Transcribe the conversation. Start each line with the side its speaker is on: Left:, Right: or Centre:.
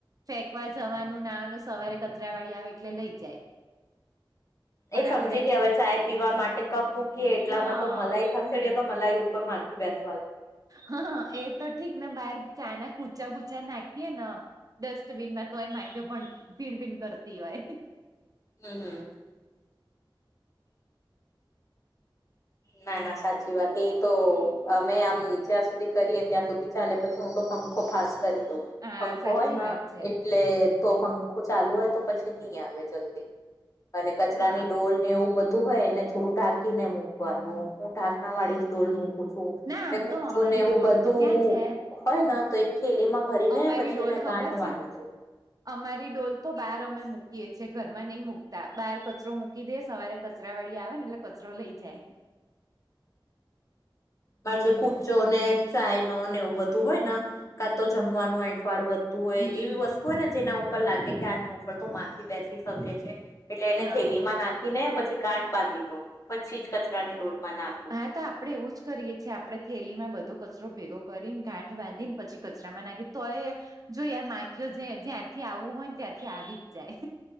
Right: ફેંકવા જવાનું નાનું સવારે કચરા વાળી આવે એટલે લઇ જાય. પર
Left: એ સમજી
Right: આપડે
Left: ગયા હવે ચાય પીવા માટે કપ મૂકીએ એટલામાં
Right: હા
Left: તો મલાઈ ખસેડીએ
Right: હમ
Left: તો મલાઈ ઉપર માખી બેસે
Right: હા એ તો ઠીક ને બહાર ચાના કુચા બુચા નાખ કે ના ડસ્ટબીનમાં તો એ માખીઓ પણ ભીન ભીન કરતી હોય.
Left: હમ હમ. ના ના સાચી વાત એ તો અમે આમ જ્યાં સુધી કરીએ ત્યાં સુધી ચાલે પછી હું તો પંખો ફાસ કરી દઉં
Right: હા
Left: પંખો
Right: સાચી
Left: હોયન
Right: વાત છે
Left: એટલે તો પંખો ચાલુ હોય તો પછી નહી આવે જલ્દી અને કચરાની
Right: હા
Left: ડોલ ને એવું બધું હોય એને થોડું ઢાંકીને મૂકવાનું હું ઢાંકણા વાળી ડોલ મૂક મુકૂ છું
Right: ના આમ
Left: ને કુરચો
Right: તો અમારી
Left: ને એવું
Right: ડોલ
Left: બધું
Right: તો ક્યાં છે
Left: હોય તો ન એક થેલીમાં ભરીને
Right: અમારી
Left: પછી
Right: ડોલ
Left: એને
Right: ખબર
Left: ગાંઠ
Right: છે
Left: બાંધી દઉ.
Right: અમારી ડોલ તો બહાર અમે મૂકીએ છીએ ઘરમાં નહી મુકતા બહાર કચરો મુ મૂકી દે સવારે કચરા વાળી આવે ને એટલે કચરો લઇ જાય.
Left: મારે જે કુચો ને ચાય નો ને એવું બધું હોય ને કા તો જમવાનું એંઠવાળું તુહે
Right: હમ
Left: એવી વસ્તુ હોય ને જેના ઉપર લાગે કે આની ઉપર તો માખી બેસી શકે છે. એટલે એને
Right: હા
Left: થેલી માં નાખીને પછી ગાઠ બાંધી દઉ પછી જ કચરાની ડોલ માં નાખ
Right: હા તો આપડે એવું જ કરીએ છીએ. પછી આપણે થેલીમાં બધો કચરો ભેગો કરીને ગાંઠ બાંધીને પછી કચરામાં નાખીએ તોય જો યાર માખીઓ જે જ્યાંથી આવું હોય ને ત્યાં થી આવી જ જાય.